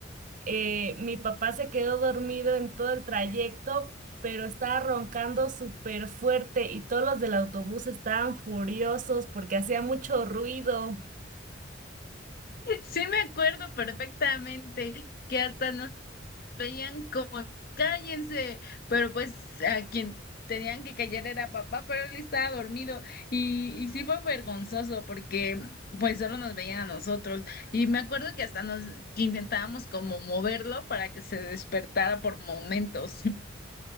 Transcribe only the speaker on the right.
eh, mi papá se quedó dormido en todo el trayecto, pero estaba roncando súper fuerte y todos los del autobús estaban furiosos porque hacía mucho ruido.